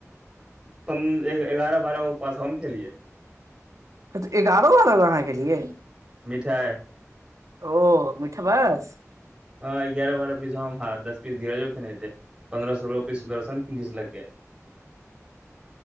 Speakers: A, on the right; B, on the right.
A: <inaudible> प्रन एगारह बारह गो पास हम खेलियै
B: कथ एगारह बारह गो अहाँ खेलिए
A: मिठाइ
B: ओ मिठबास
A: हऽ एगारह बारह पीस हम हँ दस पीस धीरजो खेने हेते पन्द्रह सोलह पीस सुदर्शन घिचलकै